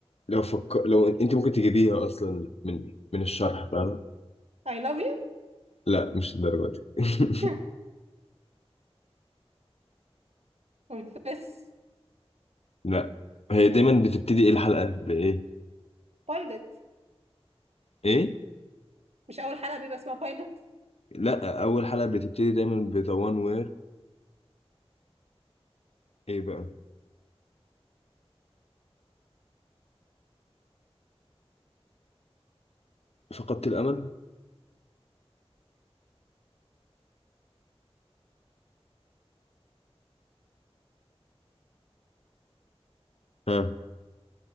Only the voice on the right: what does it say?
إيه؟ I love you
<laughs> confess
pilot
مش اول حلقة بيبقى اسمها pilot